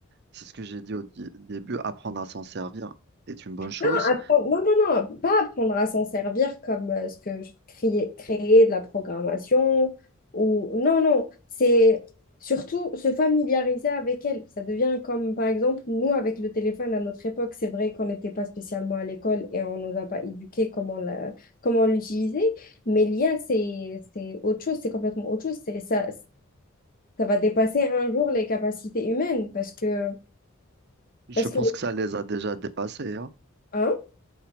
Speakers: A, on the right (about 50°); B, on the left (about 40°).
A: C'est ce que j'ai dit au di- début, apprendre à s'en servir est une bonne chose.
B: Non, apprendre- non, non, non, pas apprendre à s'en servir comme euh, ce que je créais, créer de la programmation ou non, non, c'est surtout se familiariser avec elle. Ça devient comme, par exemple, nous avec le téléphone à notre époque, c'est vrai qu'on n'était pas spécialement à l'école et on ne nous a pas éduqué comment la, comment l'utiliser, mais l'IA, c'est, c'est autre chose, c'est complètement autre chose. C'est, ça, ça va dépasser un jour les capacités humaines parce que,
A: Je
B: parce
A: pense
B: que,
A: que ça les a déjà dépassés, hein.
B: hein,